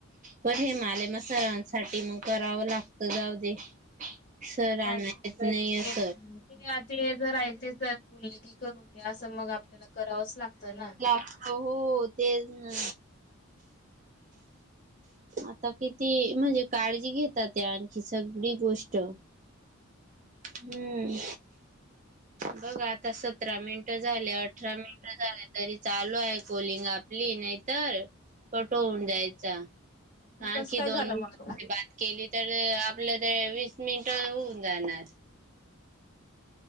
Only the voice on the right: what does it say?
पण <unintelligible> म सरांसाठी मग कराव लागत जाऊ देे. सर
<unintelligible>
नाही अस-
हो हो तेच-ना आता किती म्हणजे काळजी घेतात, ते आणखी सगळी गोष्ट हम्म बघ आता सतरा मिनट झाले अठरा मीटर झाले तरी चालू आहे, कोलिंग आपली नाहीतर व, कट होऊन जायचा.
आणखी
दोन-बात
केली तर आपल्या तर वीस मिनिट होऊन जाणार.